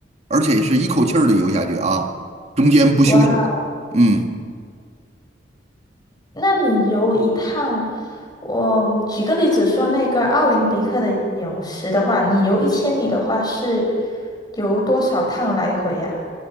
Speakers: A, on the right; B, on the left.
A: 而且是一口气儿的游下去啊，中间不休息。
B: 哇。
A: 嗯，
B: 那你游一趟，我举个例子说，那个奥林匹克的泳池的话，你游一千米的话是游多少趟来回啊？